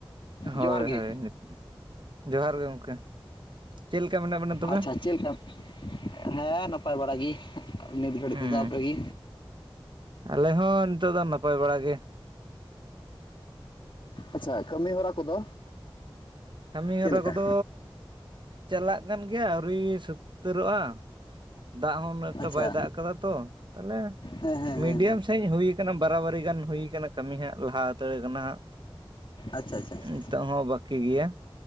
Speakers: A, on the right; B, on the left.
A: ᱦᱳᱭ
B: ᱡᱚᱦᱟᱨ
A: ᱦᱳᱭ
B: ᱜᱮ
A: ᱡᱚᱦᱟᱨ ᱜᱮ ᱜᱚᱢᱠᱮ ᱪᱮᱫ ᱞᱮᱠᱟ ᱢᱮᱱᱟᱜ ᱵᱮᱱᱟ? ᱛᱚᱵᱮ
B: ᱟᱪᱪᱷᱟ ᱪᱮᱫ ᱞᱮᱠᱟ ᱦᱮᱸ ᱱᱟᱯᱟᱭ ᱵᱟᱲᱟ ᱜᱮ ᱱᱤᱛ ᱜᱷᱟᱹᱲᱤᱡ
A: ᱦᱩᱸ
B: ᱛᱮᱫᱚ ᱟᱯᱮ ᱜᱮ?
A: ᱟᱞᱮ ᱦᱚᱸ ᱱᱤᱛᱚᱜ ᱫᱚ ᱱᱟᱯᱟᱭ ᱵᱟᱲᱟ ᱜᱮ᱾
B: ᱟᱪᱪᱷᱟ ᱠᱟᱹᱢᱤᱦᱚᱨᱟ ᱠᱚᱫᱚ
A: ᱠᱟᱢᱤ
B: ᱪᱮᱫ
A: ᱦᱚᱨᱟ
B: ᱞᱮᱠᱟ
A: ᱠᱚᱫᱚ ᱪᱟᱞᱟᱜ ᱠᱟᱱ ᱜᱮᱭᱟ ᱟᱹᱣᱨᱤ ᱥᱟᱹᱛ ᱩᱛᱟᱹᱨᱚᱜᱼᱟ ᱫᱟᱜ ᱦᱚᱸ ᱩᱱᱟᱹᱜ ᱮᱠᱴᱟ
B: ᱟᱪᱪᱷᱟ
A: ᱵᱟᱭ ᱫᱟᱜ ᱟᱠᱟᱫᱟ ᱛᱚ ᱛᱟᱦᱞᱮ
B: ᱦᱮᱸ ᱦᱮᱸ
A: ᱢᱤᱰᱤᱭᱟᱢ
B: ᱦᱮᱸ
A: ᱥᱮᱡ ᱦᱩᱭ ᱟᱠᱟᱱᱟ ᱵᱟᱨᱟᱵᱟᱨᱤ ᱜᱟᱱ ᱦᱩᱭ ᱠᱟᱱᱟ ᱠᱟᱹᱢᱤ ᱦᱟᱸᱜ ᱞᱟᱦᱟ ᱦᱟᱛᱟᱹᱲ ᱠᱟᱱᱟ ᱦᱟᱸᱜ᱾
B: ᱟᱪᱪᱷᱟ ᱟᱪᱪᱷᱟ ᱟᱪᱪᱷᱟ
A: ᱱᱤᱛᱚᱜ ᱦᱚᱸ ᱵᱟᱠᱤ ᱜᱮᱭᱟ᱾